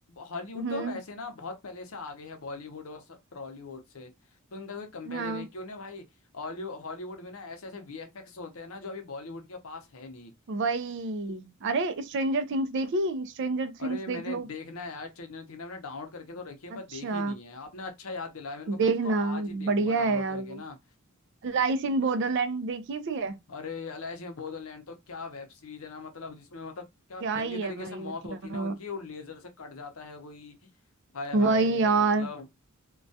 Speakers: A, on the left (about 75°); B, on the right (about 55°).
A: हॉलीवुड
B: हम्म
A: तो वैसे ना बहुत पहले से आगे है बॉलीवुड और टॉलीवुड से तो उनका कोई कंपेरिजन
B: हाँ
A: नहीं क्यों ना भाई हॉलीवुड में ना ऐसे ऐसे वीएफएक्स होते हैं ना जो अभी बॉलीवुड के पास है नहीं
B: वही अरे स्ट्रेंजर थिंग्स देखी स्ट्रेंजर थिंग्स
A: अरे मैंने
B: देख
A: देखना
B: लो
A: है यार ट्रेलर थी ना मैंने डाउनलोड करके तो रखी है पर
B: अच्छा
A: देखी नहीं है आपने अच्छा याद दिलाया मेरे को
B: देखना
A: मैं इसको आज ही देखूंगा
B: बढ़िया
A: डाउनलोड
B: है यार
A: करके
B: वो
A: ना
B: लाइस इन बॉर्डरलैंड देखी भी है
A: अरे अलाइश इन बोडोलैंड तो क्या वेब सीरीज है ना मतलब जिसमें मतलब क्या
B: क्या
A: गंदी
B: ही
A: तरीके
B: है भाई
A: से मौत
B: मतलब
A: होती है ना उनकी और लेजर से कट जाता है कोई हाय हाय
B: वही यार
A: मतलब